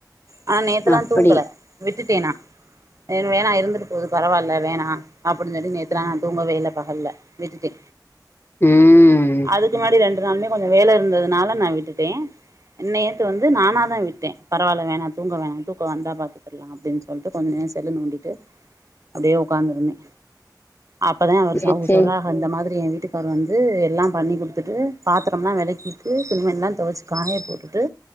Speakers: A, on the right; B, on the left.
A: ஆ நேத்தல்லா
B: அப்டி
A: தூங்கல விட்டுட்டே நா வேணா இருந்துட்டு போது பரவால்ல வேணா அப்டின் சொல்லி நேத்துலா நா தூங்கவே இல்ல பகல்ல விட்டுட்டே
B: ம்
A: அதுக்கு முன்னாடி ரெண்டு நாளுமே கொஞ்சோ வேல இருந்ததுனால நா விட்டுட்டே நேத்து வந்து நானா தா விட்டே பரவால வேணா தூங்க வேணா தூக்கோ வந்தா பாத்துக்கற்லா அப்டின் சொல்ட்டு கொஞ்ச நே னு செல்ல நோண்டிட்டு அப்டே ஒக்காந்துருந்தே அப்பதா அவரு
B: சேரி
A: அவக
B: சேரி
A: சொல்றாக இந்த மாதிரி ஏ வீட்டுக்கார் வந்து எல்லா பண்ணி குடுத்துட்டு பாத்தரம்லா வெளக்கிட்டு துணிமணிலா தொவச்சு காய போட்டுட்டு